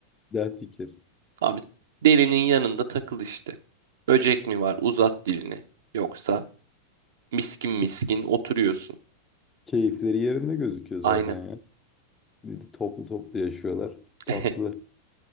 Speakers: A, on the left (about 20°); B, on the right (about 60°).
A: Güzel fikir.
B: Abi derinin yanında takıl işte. Böcek mi var? Uzat dilini. Yoksa miskin miskin
A: Ki-
B: oturuyorsun.
A: Keyifleri yerinde gözüküyor
B: Aynen.
A: zaten ya. Bir de Toplu toplu yaşıyorlar. Tatlı.
B: <laughs>